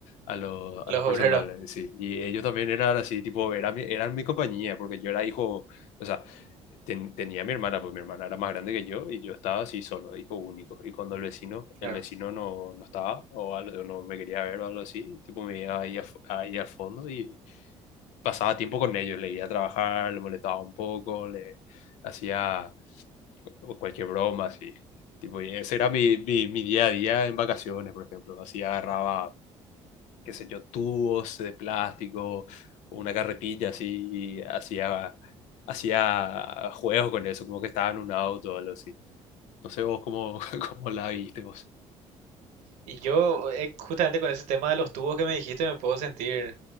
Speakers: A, on the left; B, on the right.
A: a los, a
B: Los
A: los personales,
B: obreros,
A: sí. Y ellos también eran así, tipo, eran mi, eran mi compañía, porque yo era hijo, o sea ten- tenía a mi hermana, pues mi hermana era más grande que yo y yo estaba así solo, hijo único. Y cuando el vecino,
B: claro.
A: el vecino no, no estaba o algo, no me quería ver o algo así, tipo me iba ahí, af- ahí al fondo y pasaba tiempo con ellos, le iba a trabajar, le molestaba un poco, le hacía cualquier broma así. Tipo, y ese era mi, mi, mi día a día en vacaciones, por ejemplo. Así agarraba qué sé yo, tubos de plástico, una carretilla así, y hacía, hacía juegos con eso, como que estaba en un auto o algo así. No sé vos cómo, <laughs> cómo la viste vos.
B: Y yo, eh, justamente con ese tema de los tubos que me dijiste, me puedo sentir